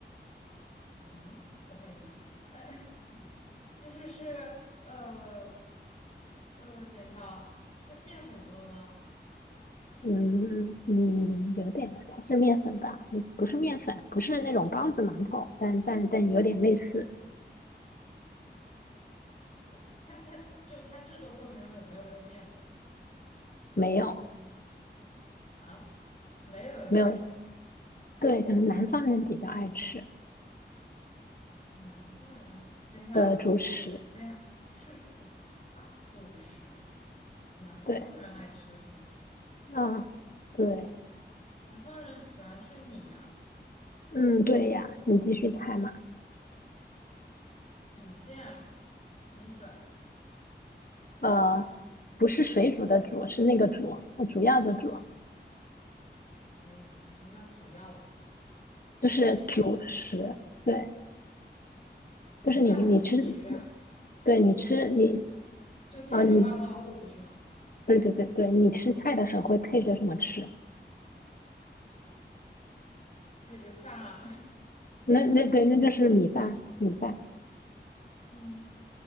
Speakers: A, on the left; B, on the left.
A: 啊，我怀疑，呃，<laughs> 就是是呃呃，等一下啊，是面粉做的吗？
B: 嗯嗯，有点，它是面粉吧？嗯，不是面粉，不是那种包子馒头，但但但有点类似，
A: 呃，它它就是它制作过程中有没有用面粉
B: 没有
A: 啊？没有用面粉。
B: 没有对，可能南方人比较爱吃
A: 南方人，等一下，
B: 的主食。
A: 是，等一下，是主啊，主食。南方人爱吃的主食，
B: 对，嗯，对，
A: 南方人喜欢吃米啊、
B: 嗯，对呀，你继续猜嘛。
A: 米线、米粉，
B: 呃，不是水煮的煮，是那个煮，呃主要的煮，
A: 什么意思？什么叫主要的主？主食，
B: 就是主食。对，就是你你吃，
A: 对啊，主食啊，
B: 对你吃你
A: 主就碳水化合物不是吗？
B: 啊你对对对对，你吃菜的时候会配着什么吃？
A: 配着饭啊，
B: 那那对，那就是米饭，米饭。
A: <laughs> 嗯，